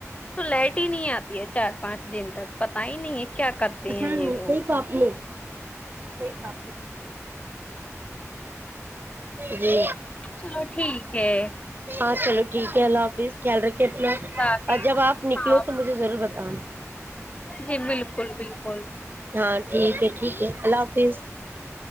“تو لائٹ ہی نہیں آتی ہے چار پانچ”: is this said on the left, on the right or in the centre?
Left